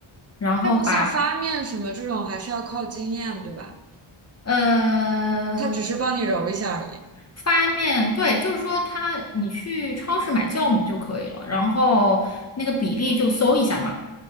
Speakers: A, on the left; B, on the right.
A: 然后把
B: 但是像发面什么这种还是要靠经验，对吧？
A: 呃
B: 它只是帮你揉一下而已。
A: 发面，对，就是说它你去超市买酵母就可以了，然后那个比例就搜一下嘛。